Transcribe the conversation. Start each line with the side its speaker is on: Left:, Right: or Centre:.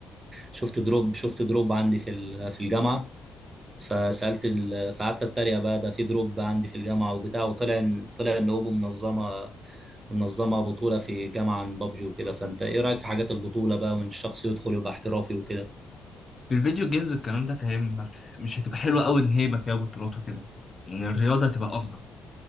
Right: شفت دروب شفت دروب عندي في ال- في الجامعه فسالت ال... فقعدت اتريق بقى ده في دروب عندي في الجامعه وبتاع وطلع ان طلع ان اوبو منظمه منظمه بطوله في جامعه عن بابجي وكده فانت ايه رايك في حاجات البطوله بقى وان الشخص يدخل يبقى احترافي وكده
Left: في الفيديو جيمز والكلام ده فاهم ما في- مش هتبقى حلوة أوي إن هي يبقى فيها بطولات وكده يعني الرياضة هتبقى أفضل